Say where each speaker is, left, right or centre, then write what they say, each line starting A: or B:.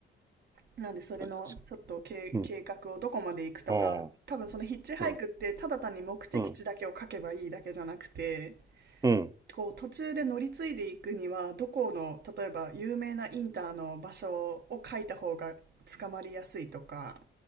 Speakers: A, on the right; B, on the right.
A: なんで、それの、
B: あ。ち
A: ちょっと計、
B: うん。
A: 計画をどこまで行くとか、
B: ああ。
A: 多分そのヒッチハイクって、
B: うん。
A: ただ単に目的地だけを書けばいいだけじゃなくて、
B: うん。うん。
A: こう途中で乗り継いでいくにはどこの例えば有名なインターの場所を書いた方が捕まりやすいとか